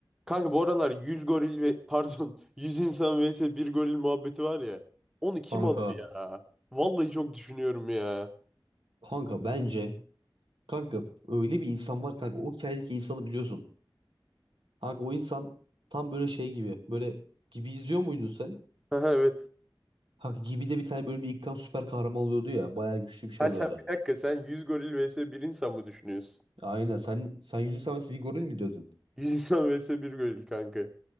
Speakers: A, in the centre; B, on the right (about 80°).
A: Kanka bu aralar 100 goril ve pardon <laughs> 100 insan vs bir goril muhabbeti var ya. Onu kim
B: Kanka
A: alır ya? Vallahi çok düşünüyorum ya.
B: Kanka bence kanka öyle bir insan var kanka o hikayedeki insanı biliyorsun. Kanka o insan tam böyle şey gibi böyle gibi izliyor muydun sen?
A: Ha evet.
B: Kanka gibi de bir tane bölümde ilk kan süper kahraman oluyordu ya bayağı güçlü bir şey
A: Ha
B: oluyordu.
A: sen bir dakika sen 100 goril vs bir insan mı düşünüyorsun?
B: Aynen sen sen yüzü sen mesela bir goril mi diyordun?
A: yüz insan vs bir goril kanka.